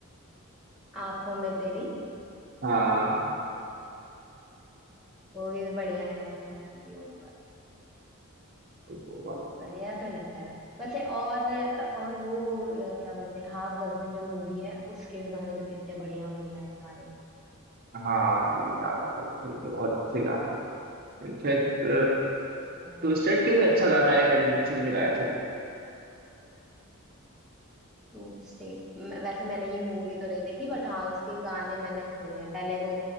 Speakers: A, in the centre; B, on the right.
A: आंखों में तेरी
B: हाँ
A: वो भी बढ़िया है ओम शांति ओम
B: वो वाला
A: बढ़िया तो लगता है भाई वैसे और और वो अ, क्या बोलते हैं हाफ गर्लफ्रेंड जो मूवी है उसके भी गाने तो कितने बढ़िया बढ़िया है सारे
B: हाँ भाई आपका के बहुत अच्छे गाने हैं इनफैक्ट
A: हाँ
B: ट्विस्टेड के भी अच्छा गाना है एक अरिजीत सिंह ने गाया था
A: टू स्टेट वैसे मैंने ये मूवी तो नहीं देखी बट हाँ उसके गाने मैंने सुने हैं। पहले वो